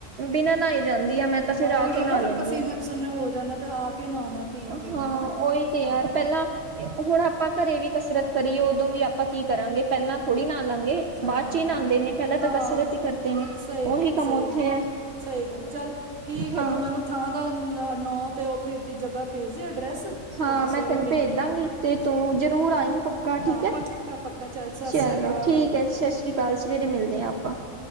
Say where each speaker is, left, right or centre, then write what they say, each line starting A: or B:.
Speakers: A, on the right (about 60°); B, on the right (about 85°).
A: ਬਿਨਾਂ ਨਹਾਈ ਜਾਂਦੀ ਆ ਮੈਂ ਤਾਂ ਫਿਰ
B: ਹਾਂ ਉਹੀਓ
A: ਆ ਕੇ
B: ਨਾ
A: ਨਾਂਅ
B: ਫਿਰ
A: ਲੈਣੀ
B: ਪਸੀਨੇ
A: ਆ।
B: ਪਸੂਨੇ ਹੋ ਜਾਣਾ ਤੇ ਆ ਕੇ ਨਹਾਉਣਾ ਠੀਕ
A: ਹਾਂ,
B: ਹੈਗਾ ਹਨਾ।
A: ਉਹੀ ਤੇ
B: ਹਾਂ
A: ਯਾਰ
B: ਹੂੰ।
A: ਪਹਿਲਾਂ ਹੁਣ ਆਪਾਂ ਘਰੇ ਵੀ ਕਸਰਤ ਕਰੀਏ ਉਦੋਂ ਵੀ ਆਪਾਂ ਕੀ ਕਰਾਂਗੇ ਪਹਿਲਾਂ ਥੋੜ੍ਹੀ ਨਾ ਲਾਂਗੇ
B: ਹਾਂ
A: ਬਾਅਦ ਚ
B: ਹਾਂ
A: ਹੀ ਨਾਂਦੇ
B: ਹਾਂ
A: ਨੇ। ਪਹਿਲਾਂ
B: ਹਾਂ,
A: ਤਾਂ ਕਸਰਤ ਹੀ ਕਰਦੇ ਨੇ
B: ਸਹੀ
A: ਉਹੀ
B: ਗੱਲ,
A: ਕੰਮ
B: ਸਹੀ
A: ਉੱਥੇ
B: ਗੱਲ,
A: ਹੈ
B: ਸਹੀ ਗੱਲ ਚੱਲ ਠੀਕ
A: ਹਾਂ
B: ਐ, ਤੋਂ ਮੈਨੂੰ ਥਾਂ ਦਾ ਨ ਨੋ ਤੇ ਉੱਥੇ ਦੀ ਜਗ੍ਹਾ ਭੇਜਦੇ ਐਡਰੈਸ।
A: ਹਾਂ,
B: ਤੇ
A: ਮੈਂ
B: ਸਵੇਰੇ
A: ਤੈਨੂੰ
B: ਮਿਲਣੀ
A: ਭੇਜ
B: ਆ
A: ਦਾਂਗੀ
B: ਤੈਨੂੰ
A: ਤੇ ਤੂੰ
B: ਚੱਲ
A: ਜਰੂਰ ਆਈ ਪੱਕਾ ਠੀਕ
B: ਹਾਂ
A: ਐ।
B: ਪੱਕਾ ਪੱਕਾ ਚੱਲ ਸਤਿ
A: ਚਲੋ
B: ਸ਼੍ਰੀ ਅਕਾਲ
A: ਠੀਕ ਐ, ਸਤਿ ਸ੍ਰੀ ਅਕਾਲ ਸਵੇਰੇ ਮਿਲਦੇ ਆ ਆਪਾਂ